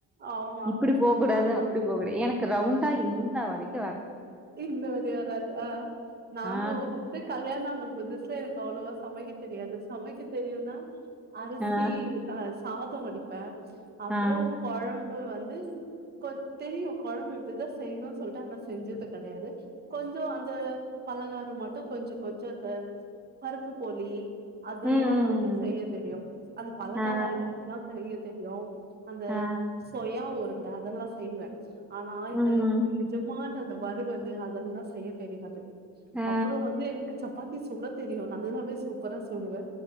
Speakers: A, on the right (about 30°); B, in the centre.
A: ஆமா
B: இப்புடி போ கூடாது
A: நான்தா
B: அப்புடி
A: அப்டி
B: போ கூடா எனக்கு ரவுண்டா இன்ன வரைக்
A: இன்னு வரய வராது அ நானு
B: ஆ
A: ஃபஸ்ட்டு கல்யாணொ ஆன புதுசுல எனக்கு அவ்ளோவா சமைக்க தெரியாது சமைக்க தெரியுனா அரிசி
B: ஆ
A: அ சாதோ வடிப்பே அப்றோ
B: ஆ
A: கொழம்பு வந்து கொ தெரியு கொழம்பு இப்டிதா செய்யணு சொல்ட்டு ஆனா செஞ்சது கெடையாது கொஞ்சோ அந்த பலகாரம் மட்டு கொஞ்சொ கொஞ்சொ அந்த பருப்பு போலி அதெல்லா
B: ம் ம்
A: வந்து
B: ம்
A: செய்ய தெரியு அந்த பலகாரொ
B: ஆ
A: ஐட்டம்ஸ்லா செய்ய தெரியு அந்த
B: ஆ
A: சொய உருண்ட அதெல்லா செய்வே ஆனா இந்த
B: ம்
A: நிஜம் மான் அந்த வருவலு அதெல்லா செய்ய தெரியாது
B: ஆ
A: அப்பறோ வந்து எனக்கு சப்பாத் தி சுட தெரியு நல்லாவே சூப்பரா சுடுவெ